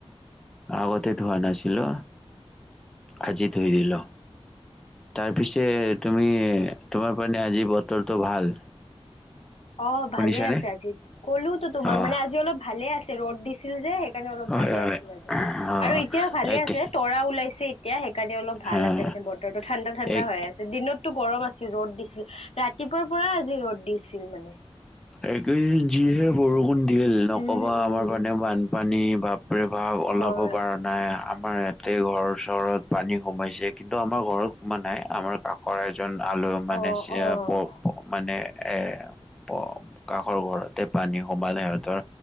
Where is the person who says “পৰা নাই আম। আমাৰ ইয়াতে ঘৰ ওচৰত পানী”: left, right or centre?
Centre